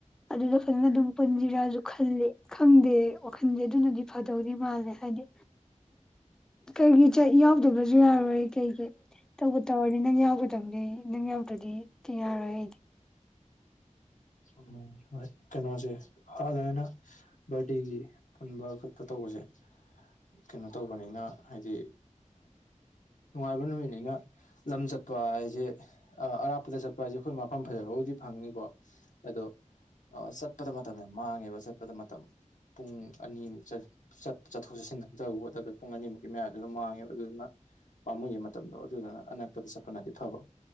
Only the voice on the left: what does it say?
ꯎꯝ ꯍꯣꯏ ꯀꯩꯅꯣꯁꯦ ꯍꯗꯥꯏꯅ ꯠꯒꯤ ꯄꯨꯟꯕ ꯈꯣꯠꯄ ꯇꯧꯕꯁꯦ ꯀꯩꯅꯣ ꯇꯧꯕꯅꯤꯅ ꯍꯥꯏꯗꯤ ꯅꯨꯡꯉꯥꯏꯕ ꯅꯨꯃꯤꯠꯅꯤꯅ ꯂꯝ ꯆꯠꯄ ꯍꯥꯏꯁꯦ ꯑꯔꯥꯞꯄꯗ ꯆꯠꯄ ꯍꯥꯏꯁꯦ ꯑꯩꯈꯣꯏ ꯃꯐꯝ ꯐꯖꯕꯕꯨꯗꯤ ꯐꯪꯅꯤꯀꯣ ꯑꯗꯣ ꯑ ꯆꯠꯄꯗ ꯃꯇꯝꯅꯦ ꯃꯥꯡꯉꯦꯕ ꯆꯠ ꯆꯠꯄꯗ ꯃꯇꯝ ꯄꯨꯡ ꯑꯅꯤꯃꯨꯛ ꯆ ꯆꯠꯊꯣꯛ ꯆꯠꯁꯤꯟꯗꯕꯣꯠꯇꯗ ꯄꯨꯡ ꯑꯅꯤꯃꯨꯛꯀꯤ ꯃꯌꯥꯗꯨꯅ ꯃꯥꯡꯉꯦꯕ ꯑꯗꯨꯗꯨꯅ ꯄꯥꯝꯃꯨꯒꯤ ꯃꯇꯝꯗꯣ ꯑꯗꯨꯗꯨꯅ ꯑꯅꯛꯄꯗ ꯆꯠꯄꯅꯗꯤ ꯐꯕ